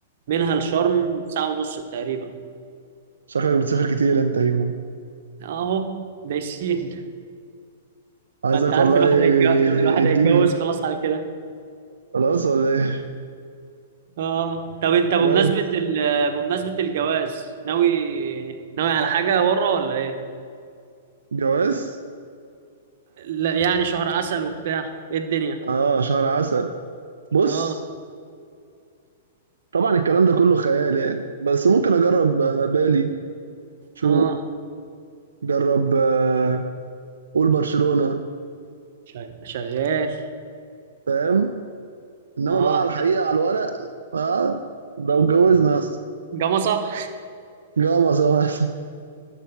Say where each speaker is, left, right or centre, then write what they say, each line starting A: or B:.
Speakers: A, on the right (about 60°); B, on the right (about 80°).
A: منها لشرم ساعة ونص تقريبا
B: شكلك بتسافر كتير انت يا هيمو
A: اهو دايسين
B: عايزك
A: ما انت عارف
B: والله
A: الواحد هيتجوز الواحد
B: اديني
A: هيتجوز خلاص على كده
B: خلاص ولا ايه
A: اه طب انت بمناسبة
B: بجد
A: ال... بمناسبة الجواز ناوي ناوي على حاجة ورا ولا ايه؟
B: جواز
A: لا يعني شهر عسل وبتاع ايه الدنيا؟
B: اه شهر عسل بص
A: اه
B: طبعا الكلام ده كله خيال يعني بس ممكن اجرب آه، بالي شو
A: اه
B: جرب آه، قول برشلونة
A: شغال شغال
B: فاهم انما
A: اه
B: بقى على الحقيقة
A: ده
B: على الورق اه لو اتجوزنا اصلا
A: جمصة
B: جامصة مثلا